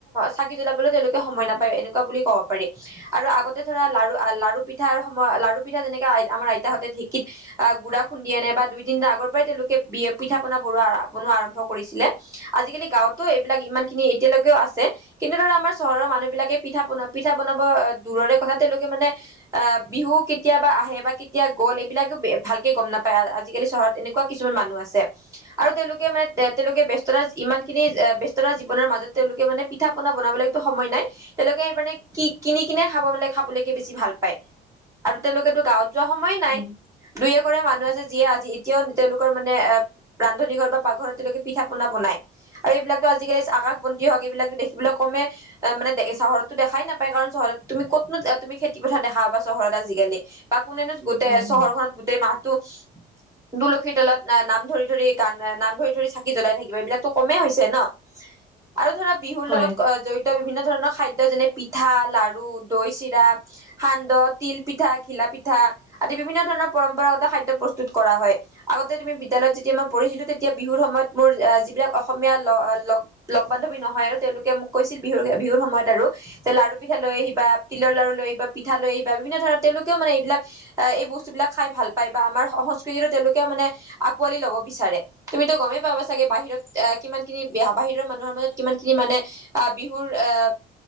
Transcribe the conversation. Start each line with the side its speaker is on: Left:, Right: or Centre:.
Right: চাকি জ্বলাবলৈও তেওঁলোকে সময় নাপায়, এনেকুৱা বুলি- কব পাৰি। আৰু আগতে- ধৰা লাৰু লাৰু পিঠাৰ সময় লাৰু পিঠা যেনেকে আমাৰ আইতাহঁতে ঢেঁকীত- আহ গুড়া খুন্দি আনে বা দুই তিন দিনৰ আগৰ পৰাই তেওঁলোকে বি পিঠা পনা বনোৱা বনোৱা আৰম্ভ কৰিছিলে। আজিকালি গাঁৱতো এইবিলাক ইমান খিনি এতিয়ালৈকেও আছে। কিন্তু ধৰা আমাৰ চহৰৰ মানুহবিলাকে পিঠা বনা পিঠা বানাব দূৰৰে কথা, তেওঁলোকে মানে- আহ বিহু কেতিয়াবা আহে বা কেতিয়া গ'ল? এইবিলাকো ভালকে গম নাপায় আজিকালি চহৰত- এনেকুৱা কিছুমান মানুহ আছে। আৰু তেওঁলোকে মানে এ তেওঁলোকে ব্যস্ততাত ইমান- খিনি ব্যস্ততা জীৱনৰ মাজত তেওঁলোকে মানে পিঠা পনা বনাবলৈটো সময় নাই। তেওঁলোকে সেই মানে কি কিনি কিনে খাব মানে খাবলৈকে বেছি ভাল পায়। আৰু তেওঁলোকেতো গাঁৱত- যোৱা সময় নাই।
Centre: উম,
Right: দুই এঘৰে মানুহ আছে যিয়ে আজি এতিয়াও তেওঁলোকৰ মানে এ- ৰান্ধনী ঘৰ বা পাকঘৰত তেওঁলোকে পিঠা পনা বনাই। আৰু এইবিলাকতো আজিকালি আকাশ বন্তি হওক এইবিলাকটো দেখিবলে কমে। অ মানে চহৰততো দেখাই নাপায়, কাৰণ চহৰত তুমি ক'তনো তুমি খেতি পথাৰ দেখা পাবা চহৰত আজিকালি। বা কোনেনো গোটেই
Centre: উম,
Right: চহৰখনত গোটেই মাহ- তু তুলসীৰ তলত নাম ধৰি ধৰি গান নাম ধৰি ধৰি চাকি জ্বলাই থাকিবা, এইবিলাক- টো কমেই হৈছে ন। আৰু ধৰা বিহুৰ
Centre: হয়।
Right: লগত অ- জড়িত বিভিন্ন ধৰণৰ খাদ্য যেনে পিঠা, লাৰু, দৈ চিৰা, - সান্দহ, তিল পিঠা, ঘিলা পিঠা আদি বিভিন্ন ধৰণৰ পৰম্পৰাগত খাদ্য প্ৰস্তুত কৰা হয়। আগতে তুমি বিদ্যালয়ত যেতিয়া মই পঢ়িছিলো তেতিয়া বিহুৰ সময়ত মোৰ এঁ যিবিলাক- অসমীয়া ল লগ লগ বান্ধৱী নহয় আৰু তেওঁলোকে মোক কৈছিল বিহুৰ বিহুৰ সময়ত আৰু- যে লাৰু পিঠা লৈ আহিবা, তিলৰ লাৰু লৈ আহিবা, পিঠা লৈ আহিবা বিভিন্ন ধৰণৰ তেওঁলোকেও মানে এইবিলাক- এ এই বস্তুবিলাক খায় ভাল পায় বা আমাৰ সংস্কৃতিটো তেওঁলোকেও মানে আকোৱালি লব বিচাৰে। তুমিটো গমেই পাবা চাগে বাহিৰত- এহ কিমান খিনি বাহিৰৰ মানুহৰ মাজত কিমান খিনি মানে আহ বিহুৰ এহ-